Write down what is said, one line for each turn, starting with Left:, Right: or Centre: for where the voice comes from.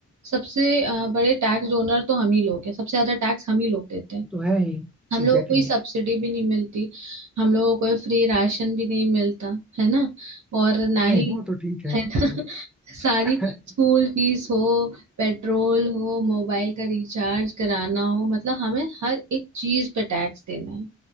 Right: सबसे अ, बड़े टैक्स डोनर तो हम ही लोग हैं सबसे ज्यादा टैक्स हम ही लोग देते हैं
Centre: तो है ही
Right: हम
Centre: Exactly
Right: लोगों को कोई
Centre: exactly.
Right: सब्सिडी भी नहीं मिलती हम लोगों को कोई फ्री राशन भी नहीं मिलता है ना और ना ही
Centre: नहीं वो तो ठीक है
Right: है
Centre: <laughs>
Right: ना <laughs> सारी स्कूल फीस हो पेट्रोल हो मोबाइल का रिचार्ज कराना हो मतलब हमें हर एक चीज पे टैक्स देना है